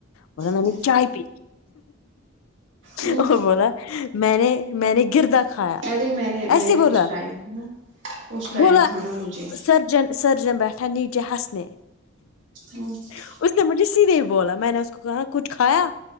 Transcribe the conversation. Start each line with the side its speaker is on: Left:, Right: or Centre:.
Left: بولا میں
Right: ہوں
Left: نے چائے پی
Right: ہوں
Left: اور بولا میں نے میں نے گرد کھایا
Right: ارے میں نے میں
Left: ایسے
Right: نے
Left: بولا
Right: اس ٹائم نا اس ٹائم
Left: بولا
Right: تھا نا مجھے
Left: سر جن سرجن پیٹھ جی ہسنے
Right: ہاں
Left: اس نے مجھے سیدھے بولا میں نے اس کو کہا کچھ کھایا